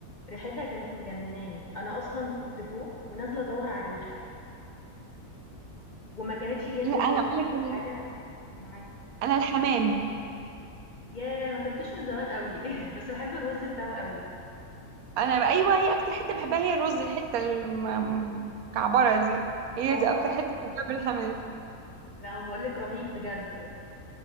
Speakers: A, on the left; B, on the right.
A: ريحتها كانت مجنناني، أنا أصلًا كنت فوق ونازلة أدوّر على الريحة، وما كانتش جهزت
B: لا انا
A: لسه،
B: اقول لك ال-
A: فحاجة معاكِ.
B: انا الحمام
A: ياه! ما اكلتوش من زمان أوي، <laughs> بس باحب الرز بتاعه أوي.
B: انا بقى- ايوه هي اكتر حته بحبها هي الرز الحته المكعبره دي هي
A: آه،
B: دي اكتر حته بحبها بالحمام
A: لأ، أنا باقول لِك رهيب بجد.